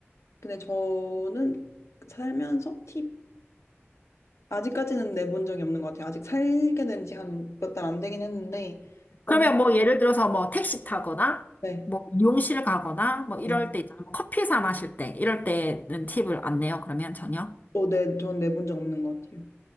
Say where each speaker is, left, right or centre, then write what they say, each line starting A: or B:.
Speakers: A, on the left; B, on the left.
A: 근데 저는 살면서 팁 아직까지는 내본 적이 없는 것 같아요. 아직 살게 된지 한 몇 달 안 되긴 했는데, 엄청,
B: 그러면 뭐 예를 들어서 뭐 택시 타거나
A: 네,
B: 뭐 미용실 가거나 뭐 이럴
A: 네.
B: 때 있잖아. 뭐 커피 사 마실 때 이럴 때는 팁을 안 내요. 그러면 전혀.
A: 어, 네, 전 내본 적 없는 것 같아요.